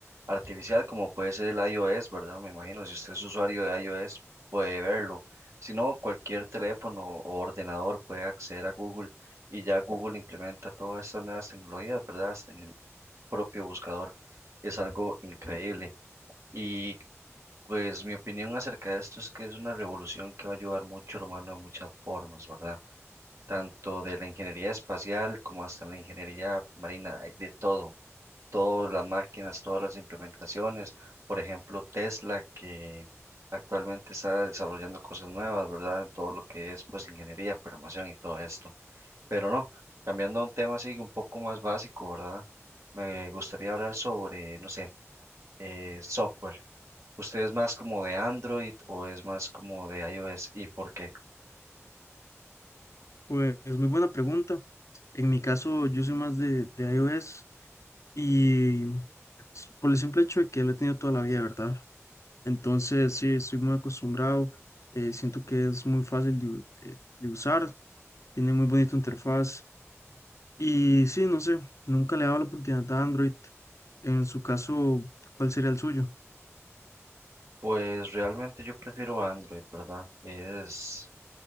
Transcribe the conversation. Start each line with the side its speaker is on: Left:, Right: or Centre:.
Right: artificial, como puede ser el iOS, ¿verdad? Me imagino, si usted es usuario de iOS, puede verlo. Si no, cualquier teléfono o ordenador puede acceder a Google y ya Google implementa todas estas nuevas tecnologías, ¿verdad? Hasta en el propio buscador. Es algo increíble. Y pues mi opinión acerca de esto es que es una revolución que va a ayudar mucho al humano de muchas formas, ¿verdad? tanto de la ingeniería espacial como hasta la ingeniería marina, hay de todo, todas las máquinas, todas las implementaciones, por ejemplo, Tesla, que actualmente está desarrollando cosas nuevas, ¿verdad? En todo lo que es, pues, ingeniería, programación y todo esto. Pero no, cambiando a un tema así un poco más básico, ¿verdad? Me gustaría hablar sobre, no sé, eh, software. ¿Usted es más como de Android o es más como de iOS y por qué?
Left: Pues es muy buena pregunta. En mi caso, yo soy más de, de iOS y s- por el simple hecho de que lo he tenido toda la vida, ¿verdad? Entonces, sí, estoy muy acostumbrado, eh, siento que es muy fácil de, u- de- de usar, tiene muy bonita interfaz Y sí, no sé, nunca le he dado la oportunidad a Android. En su caso, ¿cuál sería el suyo?
Right: Pues realmente yo prefiero Android, ¿verdad? Es